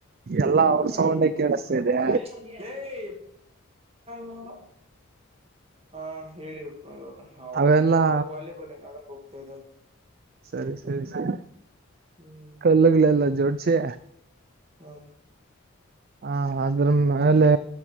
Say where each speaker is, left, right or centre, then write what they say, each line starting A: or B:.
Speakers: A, on the right (about 45°); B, on the right (about 30°).
A: ಎಲ್ಲಾ ಅವ್ರ
B: <inaudible>
A: ಸೌಂಡೆ ಕೇಳಿಸ್ತಿದೆ
B: ಏ <unintelligible> ನೋಡ. ಹಾ ಹೇಳಿ ಪಾ ಇವಾಗ ಅವ್ರದ್ದೇನೋ
A: ಅವೆಲ್ಲಾ
B: ಎಲ್ಲೋ ವಾಲಿಬಾಲ್ ಏನೋ ಆಡಕ್ ಹೋಗ್ತಾ ಇದ್ದಾರೆ.
A: ಸರಿ ಸರಿ ಸರಿ
B: ಹ್ಮ್
A: ಕಲಗ್ಲಲ್ಲಾ ಜೋಡಸಿ.
B: ಹ.
A: ಹ ಅದ್ರ ಮೇಲೆ